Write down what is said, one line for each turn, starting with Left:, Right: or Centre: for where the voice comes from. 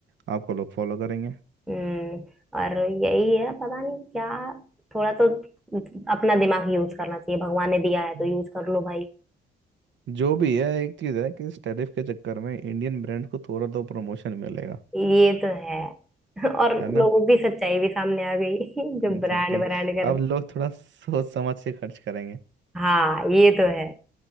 Right: आपको लोग फॉलो करेंगे
Centre: हम्म और यही है पता नहीं क्या थोड़ा तो अपना दिमाग यूज करना चाहिए भगवान ने दिया है तो
Right: हम्म।
Centre: यूज कर लो भाई
Right: जो भी है एक चीज है कि इस टैरिफ के चक्कर में इंडियन ब्रांड को थोड़ा तो प्रमोशन मिलेगा
Centre: ये तो है <laughs> और
Right: है ना
Centre: लोगों की सच्चाई भी सामने आ गई <laughs> जो
Right: एग्जैक्टली
Centre: ब्रांड ब्रांड कर
Right: अब लोग थोड़ा सोच समझ के खर्च करेंगे
Centre: हाँ ये तो है